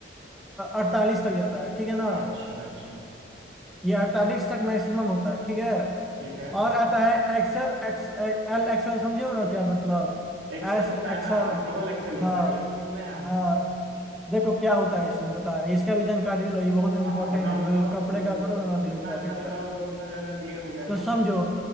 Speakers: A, in the centre; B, on the right.
A: अड़तालीस तक जाता है ठीक है ना
B: अच्छा अच्छा
A: ये अड़तालीस तक मैक्सिमम होता है ठीक है
B: ठीक है
A: और आता है एक्सल एक्स एल एक्सल समझे हो ना क्या मतलब
B: एक्सेल
A: S
B: होता है
A: axle
B: ना और डबल एक्सेल होता
A: हाँ
B: है यही तो सुने हैं हम
A: हाँ देखो क्या होता है इसमें बता रहे हैं। इसका भी जानकारी लो ये बहुत इंपॉर्टेंट
B: हाँ हाँ बताओ
A: है क्योंकि
B: बताओ
A: कपड़े
B: मुझे तो
A: का करोगे ना तो
B: जितना
A: ये इंपॉर्टेंट
B: अच्छा बताओगे
A: है
B: उतना ज्यादा क्लियर हो जाएगा
A: तो समझो
B: हमको